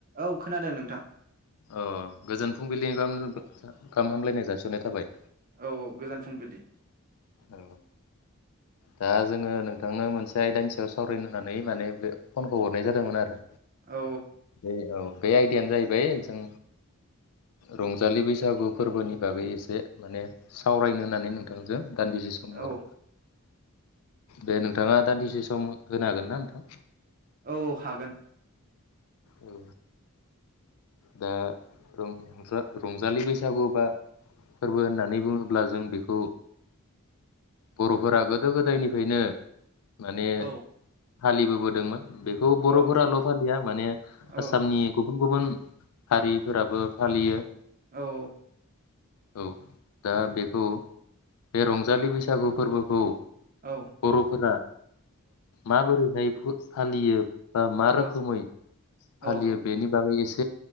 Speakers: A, on the right; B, on the left.
A: औ खोनादों नोंथां।
B: अह गोजोन फुंबिलिनि गाहाम गाहाम हामलायनाय जासिनाय थाबाय।
A: औ औ गोजोन फुंबिलि
B: औ दा जोंङो नोंथांनो मोनसे आयदानि सायाव सावरायनोहोनानै माने बे फनखौ हरनाय जादोंमोन आरो।
A: औ
B: दे औ बे आयडयानो जाहैबाय जों रंजालि बैसागु फोरबोनि बागै एसे माने सावरायनो होननानै नोंथांजों दान्दिसे सम
A: औ
B: हर दे नोंथाङा दान्दिसे सम होनो हागोन ना नोंथां?
A: औ हागोन।
B: औ दा रंजा रंजालि बैसागु बा फोरबो होननानै बुङोब्ला जों बेखौ बर'फोरा गोदो गोदायनिफ्रायनो माने
A: औ
B: फालिबोबोदोंमोन। बेखौ बर'फोराल
A: औ
B: फालिया माने
A: औ
B: आसामनि गुबुन हारिफोराबो फालियो।
A: औ
B: औ दा बेखौ बे रंजालि बैसागु फोरबोखौ
A: औ
B: बर'फोरा माबोरैहाय फालियो।। बा मा रोखोमै
A: औ औ
B: फालियो बेनि बागै एसे